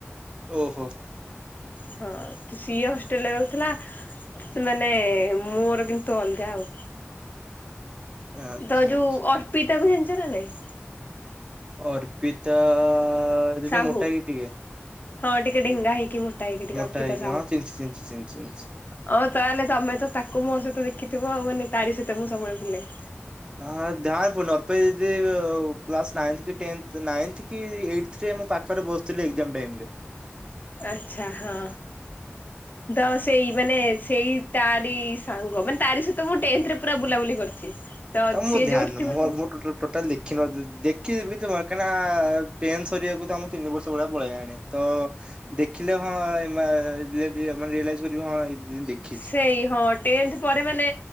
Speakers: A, on the right (about 20°); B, on the left (about 45°).
A: ଓହୋଃ।
B: ହଁ, ତ ସିଏ ହଷ୍ଟେଲରେ ରହୁଥିଲା। ମାନେ ମୋର କିନ୍ତୁ ଅଲଗା ଆଉ।
A: ଆଚ୍ଛା
B: ତ ଯୋଉ
A: ଆଚ୍ଛା।
B: ଅର୍ପିତାକୁ ଜାଣିଛ ନା ନାଇଁ?
A: ଅର୍ପିତାଆ-ଆ-ଆ ଦିଦି
B: ସାହୁ
A: ମୋଟା ହେଇକି ଟିକେ?
B: ହଁ ଟିକେ ଡେଙ୍ଗା ହେଇକି, ମୋଟା ହେଇକି ଟିକେ,
A: ମୋଟା
B: ଅର୍ପିତା
A: ହେଇକି
B: ସାହୁ।
A: ହଁ
B: ଅ
A: ଚିହ୍ନିଚି ଚିହ୍ନିଚି ଚିହ୍ନିଚି ଚିହ୍ନିଚି।
B: ତାହେଲେ ତମେ ତ ତାକୁ ମୋ ସହିତ ଦେଖିଥିବ ଆଉ, ମାନେ ତାରି ସହିତ ମୁଁ ସବୁବେଳେ ବୁଲେ।
A: ହଁ ଧ୍ୟାନ୍ ପୁନର୍ <inaudible> ଦିଦି କ୍ଲାସ ନାଇନଥ୍ କି ଟେନଥ୍, ନାଇନଥ୍ କି ଏଇଟଥ୍ ରେ ମୋ ପାଖରେ ବସୁଥିଲେ ଏକ୍ଜାମ୍ ଟାଇମ୍ <inaudible>
B: ଆଛା ହଁ, ତ ସେଇ ମାନେ ସେଇ ତାରି ସାଙ୍ଗ, ମାନେ ତାରି ସହିତ ମୁଁ ଟେନଥ୍ ରେ ପୁରା ବୁଲାବୁଲି କରିଛି।
A: ତ ମୁଁ
B: ସିଏ
A: ଧ୍ୟାନ୍
B: ଯୋଉଠି ଥିବ
A: ମୁଁ ଟୋଟାଲ୍ ଟୋଟାଲ ଦେଖିନଥିଲି, ଦେଖ୍ କି କେମିତି ମ କାଇଁ ନା ଟେନ୍ ସରିବାକୁ ତ ଆମକୁ ତିନି ବର୍ଷ ଭଳିଆ ପଳେଇଲାଣି ତ ଦେଖିଲେ ହଁ ଏ ମା ରିୟ ରିୟ ମାନେ ରିୟଲାଇଜ୍ କରିବି ଏ ହଁ ଦେଖିଛି
B: ସେଇ ହଁ, ଟେନଥ୍ ପରେ ମାନେ